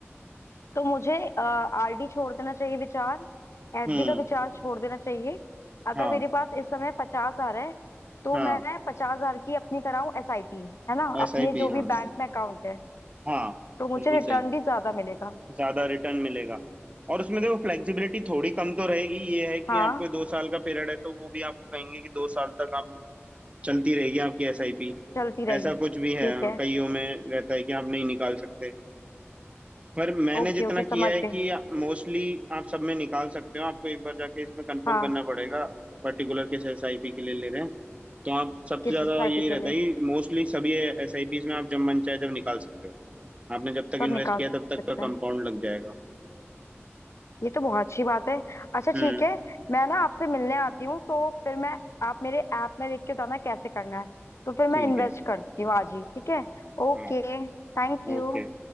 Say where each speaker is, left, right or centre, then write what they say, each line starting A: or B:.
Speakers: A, on the left; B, on the right.
A: तो मुझे आरडी छोड़ देना चाहिए विचार एफडी
B: हम्म
A: का विचार छोड़ देना चाहिए अगर
B: हाँ
A: मेरे पास इस समय पचास हजार है तो
B: हाँ
A: मैं पचास हजार की अपनी कराऊं एसआईपी है ना
B: एस
A: अपने
B: आई पी
A: जो
B: हाँ
A: भी बैंक में अकाउंट है
B: हाँ
A: तो मुझे
B: बिल्कुल सही
A: रिटर्न भी ज्यादा मिलेगा
B: ज्यादा रिटर्न मिलेगा और उसमें देखो फ्लेक्सिबिलिटी थोड़ी कम तो रहेगी ये है कि
A: हाँ
B: आपको दो साल का पीरियड है तो वो भी आपको कहेंगे कि दो साल तक आप चलती रहेगी आपकी एस आई पी
A: चलती रहेगी
B: ऐसा कुछ भी है
A: ठीक
B: हाँ,
A: है
B: कईयों में रहता है कि आप नहीं निकाल सकते पर मैंने
A: ओके
B: जितना
A: ओके
B: किया
A: समझ
B: है
A: गए
B: कि मोस्टली आप सब में निकाल सकते हो आपको एक बार जाके इसमें कंफर्म
A: हाँ
B: करना पड़ेगा पर्टिकुलर किस एस आई पी के लिए ले रहे हैं तो आप सबसे
A: किस
B: ज्यादा
A: एसआईपी
B: यही
A: के
B: रहता
A: लिए
B: है कि मोस्टली सभी एस आई पीज में आप जब मन चाहे जब निकाल सकते हो आपने जब तक
A: सब
B: इन्वेस्ट
A: निकाल
B: किया
A: सकते
B: तब तक का
A: हैं
B: कंपाउंड लग जाएगा
A: ये तो बहुत अच्छी बात है अच्छा
B: हम्म
A: ठीक है मैं ना आपसे मिलने आती हूँ तो फिर मैं आप मेरे ऐप में देख के बताना कैसे करना है तो फिर मैं
B: ठीक
A: इन्वेस्ट
B: है
A: करती हूँ आज ही ठीक है ओके
B: हाँ
A: Thank you
B: ओके